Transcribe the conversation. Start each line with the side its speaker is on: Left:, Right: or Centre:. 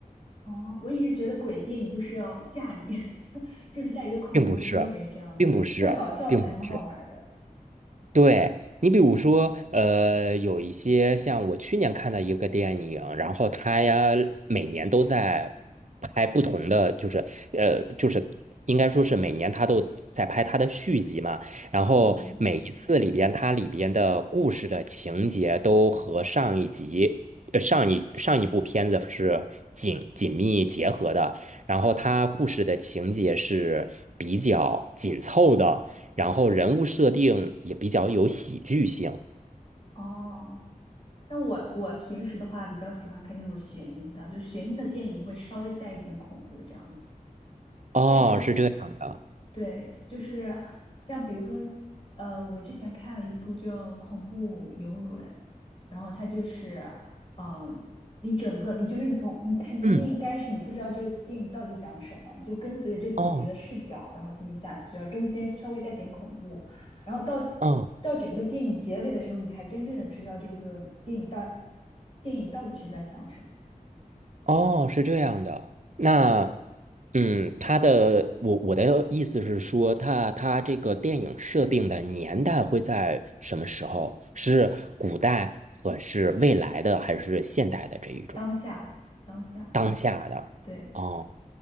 Left: 哦，我一直觉得鬼电影就是要吓你，<laughs> 就就是带一个恐怖氛围这样子。
Right: 并不是，并不是，
Left: 那搞笑的还蛮好玩儿的。
Right: 并不是。对，你比如说，呃，有一些像我去年看的一个电影，然后它呀每年都在拍不同的，就是呃，就是应该说是每年它都在拍它的续集嘛。然后每一次里边它里边的故事的情节都和上一集、
Left: 嗯，
Right: 呃上一上一部片子是紧紧密结合的，然后它故事的情节是比较紧凑的。然后人物设定也比较有喜剧性。
Left: 哦，那我我平时的话比较喜欢看那种悬疑的，就悬疑的电影会稍微带一点恐怖这样子。
Right: 哦，
Left: 但是
Right: 是这样的。
Left: 对，就是像比如说，呃，我之前看了一部叫《恐怖游轮》，然后它就是，嗯、你整个你就是你从你看从电影开始，
Right: 嗯，
Left: 你不知道这个电影到底讲什么，你就跟随着这主角的视角，
Right: 哦，
Left: 然后进行下去，然后中间稍微带点恐怖，然后到
Right: 哦，
Left: 到整个电影结尾的时候，你才真正的知道这个电影到电影到底是在讲什么。
Right: 哦，是这样的。那，
Left: 对，
Right: 嗯，他的我我的意思是说，他他这个电影设定的年代会在什么时候？是古代，还是未来的，还是现代的这一种
Left: 当下的当下，
Right: 当下的？
Left: 对，
Right: 哦，